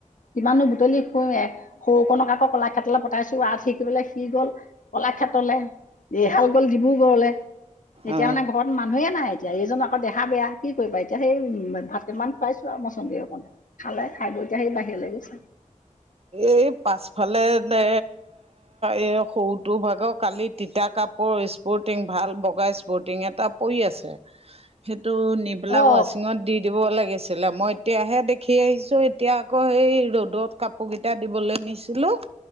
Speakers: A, on the left; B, on the right.
A: কিমাননো বুটলি ফুৰি সৰু কণক আকৌ, কলাক্ষেত্ৰলৈ পঠাইছোঁ। আৰ্ট শিকিবলে সি গ'ল। কলাক্ষে ত্ৰলে। এইহাল গ'ল ডিব্ৰুগড়লে। এতিয়া
B: অ অ
A: মানে, ঘৰত মানুহে নাই, এতিয়া। এইজন আকৌ, দেহা বেয়া, কি কৰিবা এতিয়া! সেই ভাত কিমান খুৱাইছোঁ আৰু মছন্দৰী অকণ। খালে, খাই- বৈ এতিয়া, সেই বাহিৰলৈ গৈছে।
B: এই, পাছফালে নে, এই সৰু তোৰ ভাগৰ কালি, তিতা কাপোৰ, স্পৰ্টিং, ভাল বগা স্পৰ্টিং এটা পৰি আছে। সেইটো, নি পেলাই
A: অ
B: ৱাচিঙত দি দিব লাগিছিলে। মই এতিয়াহে, দেখি আহিছোঁ। এতিয়া, আকৌ সেই ৰ'দত কা পোৰ কেইটা দিবলে নিছিলোঁ।